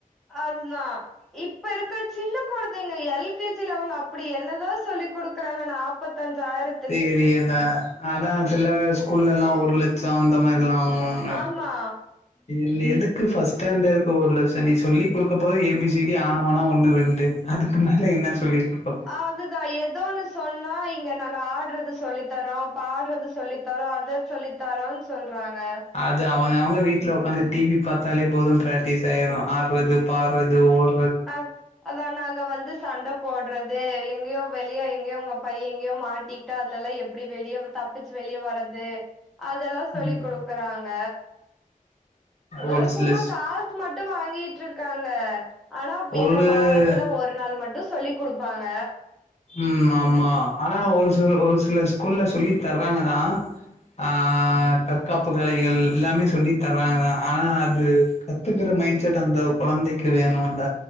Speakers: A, in the centre; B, on the left.
A: அதுனா இப்ப இருக்கற சின்ன கொழந்தைங்க எல்ஸகே ஜில அவங்க அப்புடி என்னதா சொல்லி குடுக்கறாங்க நா ப்பத்தஞ்சாயிரோ
B: தெரியதா அதா செல்ல ஸ்கூல்லல்லா ஒரு லட்சோ அந்த மாரில்லா வாங்குவோ <unintelligible>
A: ஆமா
B: ன் எதுக் இங்கு ஃபஸ்ட் ஸ்டாண்டர்ட்க்குள்ள ச நீ சொல்லி குடுக்க போறது ஏபிசிடி ஆன ஓனா ஒன்னு ரெண்டு அதுக்கு மேல என்ன சொல்லி குடு
A: அதுதா ஏதோன்னு சொன்னா இங்க நாங்க ஆடுறது சொல்லி தரோ பாடுறது சொல்லி தரோ அதோ சொல்லி தரோ சொல்றாங்க
B: அது அவங்கவங்க வீட்ல உக்காந்து டிவி பாத்தாலே போது பிராக்டிஸாயிரு ஆடுறது பாடுறது ஓட்
A: ஆ அதா நாங்க வந்து சண்ட போடறது எங்கேயோ வெளியா எங்கேயோ உங்க பையே எங்கேயோ மாட்டி கிட்டா அதுலல்லா எப்பிடி வெளியே தப்பிச்சு வெளியே வர்றது அதெல்லா சொல்லி
B: ம்
A: குடுக்குறாங்க இதெல்லா
B: ஒரு சில
A: சும்மா காசு மட்டு வாங்கிட்டுருக்காங்க ஆனா
B: ஒரு
A: என்ன வாரத்துல ஒரு நாள் மட்டு சொல்லி குடுப்பாங்க
B: ம் ஆமா ஆனா ஒரு சில ஒரு சில ஸ்கூல்ல சொல்லி தர்றாங்கதா ஆ தற்காப்பு கலைகள் எல்லாமே சொல்லி தர்றாங்கதா ஆனா அது கத்துக்குற மைண்ட்செட் அந்த கொழந்தைக்கி வேணுல்ல